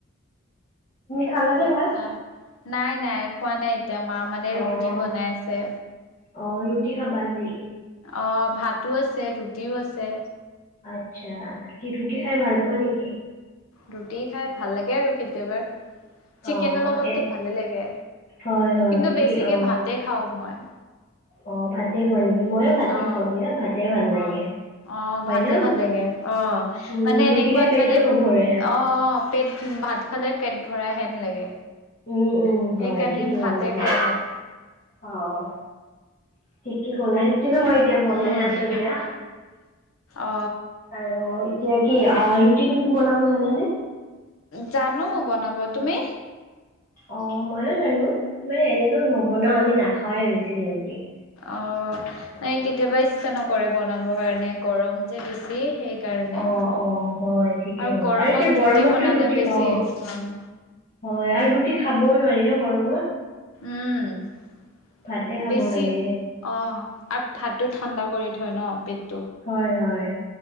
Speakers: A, on the left; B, on the left.
A: খালানে
B: আচ্ছা
A: ভাত?
B: নাই নাই খোৱা নাই এতিয়া মা মানে
A: অ'
B: ৰুটি বনাই আছে।
A: অ ৰুটি খাবা আজি।
B: অ ভাতো আছে ৰুটিও আছে।
A: আচ্ছা কি ৰুটি খাই ভাল পোৱা নেকি?
B: ৰুটি খাই ভাল লাগে আৰু কেতিয়াবা। চিকেনৰ
A: অ'
B: লগতটো
A: এ
B: ভালে লাগে,
A: হয় হয়
B: কিন্তু
A: কি
B: বেছিকে
A: অ'
B: ভাতে খাওঁ মই।
A: অ ভাতে খোৱা নেকি ময়ো ভাতে
B: অ
A: খাওঁগে ভাতে ভাল
B: অ
A: লাগে।
B: অ
A: হয়
B: ভাতে
A: ন?
B: ভাল লাগে অ
A: উম
B: মানে
A: ৰুটি
B: এনেকুৱাত
A: খাই পেটো
B: মানে
A: নভৰে।
B: অ অ পেট ভাত খালে পেট ভৰাই হেন লাগে।
A: উম উম
B: সেইকাৰণে
A: হয় ঠিকেই
B: ভাতে
A: কলা তুমি,
B: খোৱা যায়
A: অ অ ঠিকেই কলা সেইটোৱে মই এতিয়া বনাই
B: উম
A: আছো দিয়া।
B: অ
A: আৰু এতিয়া কি ৰুটি তুমি বনাব জানানে?
B: জানো বনাব ।তুমি?
A: অ ময়ো জানো মানে এনেকে নবনাও আমি নাখাওৱে বেছিকে ৰুটি ।
B: অহ এই কেতিয়াবা ইচ্ছা নকৰে বনাবৰ কাৰণে গৰম যে বেছি, সেই সেইকাৰণে
A: অ অ হয় ঠিকে
B: আৰু
A: ক'লা
B: গৰমত
A: এতিয়া গৰমততো
B: ৰুটি বনালে বেছি
A: অ
B: গৰম
A: হয় আৰু ৰুটি খাবও নোৱাৰি ন গৰমত।
B: উম
A: ভাতে খাব
B: বেছি
A: লাগে
B: অ আৰু ভাটোত ঠাণ্ডা কৰি থয় ন পেট।
A: হয় হয়